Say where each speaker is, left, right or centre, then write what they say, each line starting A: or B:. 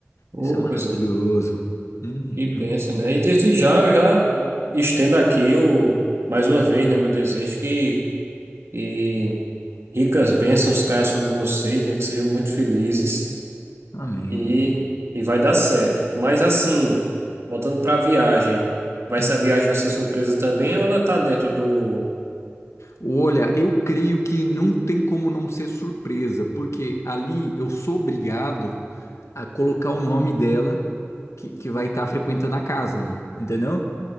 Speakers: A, on the right (about 65°); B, on the left (about 80°).
A: Ô,
B: Isso é maravilhoso.
A: coisa
B: Uhum.
A: que benção, né? E desde já eu já estendo aqui o, mais uma vez, né, meu desejo que, que ricas bênçãos caiam sobre vocês, né? Que sejam muito felizes
B: Amém.
A: e, e vai dar certo. Mas assim, voltando para a viagem, vai,
B: Hum.
A: se a viagem vai ser surpresa também ou ela tá dentro do.
B: Olha, eu creio que não tem como não ser surpresa, porque ali eu sou obrigado a colocar o nome dela que, que vai estar frequentando a casa ali, entendeu?